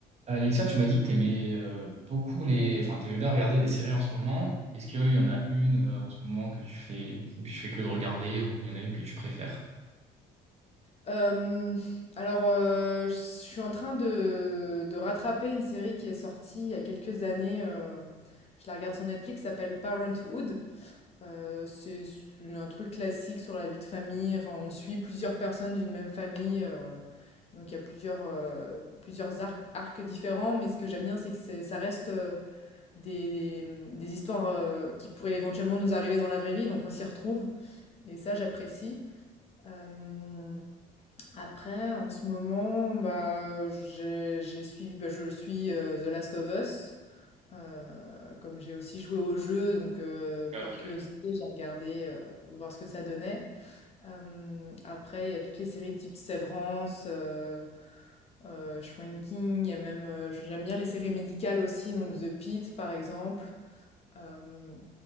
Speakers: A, on the right; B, on the left.
A: Alexia, tu m'as dit que t'aimais euh, beaucoup les, enfin, t'aimais bien regarder des séries en ce moment. Est-ce qu'il y en a une euh, en ce moment que tu fais, que tu fais que de regarder, ou il y en a une que tu préfères?
B: Hem, alors, heu, je suis en train de de rattraper une série qui est sortie il y a quelques années, hem, je la regarde sur Netflix, ça s'appelle Parenthood. Heu, c'est un truc classique sur la vie de famille, enfin, on suit plusieurs personnes d'une même famille, heu, donc il y a plusieurs, heu, plusieurs arcs arcs différents, mais ce que j'aime bien, c'est que c'est ça reste, heu, des, mmh, des histoires, heu, qui pourraient éventuellement nous arriver dans la vraie vie, donc on s'y retrouve et ça, j'apprécie. Hem après, en ce moment, bah, j'ai j'ai suivi, bah, je suis euh, The Last of Us. Euh, comme j'ai aussi joué au jeu, donc euh,
A: Ok,
B: par curiosité, j'ai regardé euh, voir ce que ça donnait. Euh, après, il y a toutes les séries type Severance, euh, euh, Shrinking. Il y a même, euh, j'aime bien les séries médicales aussi, donc The Pitt par exemple. Hem,